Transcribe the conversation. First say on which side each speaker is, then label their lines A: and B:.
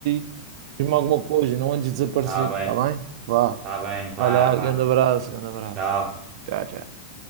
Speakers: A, on the right; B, on the right.
A: ti. Diz-me alguma coisa, não andes desaparecido,
B: Tá bem,
A: tá bem? Vá,
B: tá bem, vá,
A: vai lá,
B: vá.
A: grande abraço, grande abraço.
B: Tchau.
A: Tchau, tchau.